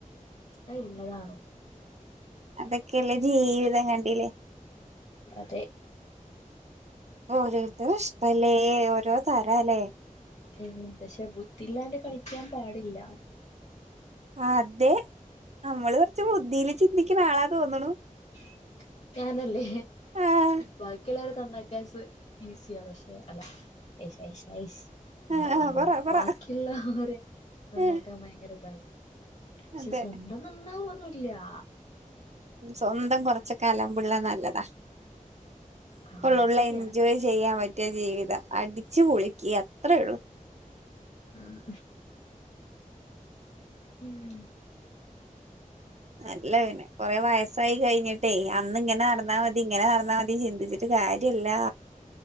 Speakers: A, on the left (about 55°); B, on the right (about 55°).
A: അത്ള്ളതാണോ
B: അതൊക്കെയല്ലേ ജീവിതം കണ്ടില്ലേ
A: അതെ
B: ഓരോരുത്തർും ഇഷ്ടല്ലേ ഓരോ താരല്ലേ.
A: ഉം പക്ഷെ ബുത്തില്ലാണ്ട് കളിക്കാൻ പാടില്ല.
B: അതെ നമ്മള് കുറച്ച് ബുദ്ധിയില് ചിന്തിക്കണ ആളാ തോന്ണു
A: ഉ <inaudible> ഞാനല്ലേ
B: ആഹ്
A: ബാക്കിയുള്ളരെ തന്നാക്കാ ഈസിയ പക്ഷെ അല്ല ശരി അയ്സ്എന്താ
B: ആഹ്
A: പറയാ
B: ആഹ് പറ പറ
A: ബാക്കിയുളേളരെ നന്നാക്കാൻ
B: ഏഹ്
A: ഭയങ്കര ഇതാണ്. പക്ഷെ
B: അതെ
A: സ്വന്തം നന്നാവൊന്നുല്യാ
B: സ്വന്തം കുറച്ചൊക്കെ അല്ല പിള്ളെ നല്ലതാ അപ്പള്ളള്ള
A: ആഹ് ശരിയാ
B: എൻജോയ് ചെയ്യാൻ പറ്റ നിത്യജീവിതം അടിച്ചു പൊളിക്കാ അത്രയള്ളു
A: ഉം ഉംഹ്
B: അല്ലപിന്നെ കൊറെ വയസ്സായി കഴിഞ്ഞിട്ടേ അന്ന്ങ്ങനെ നടന്നാ മതി ഇങ്ങനെ നടന്നാ മതി ചിന്തിച്ചിട്ട് കാ കാര്യല്ലാ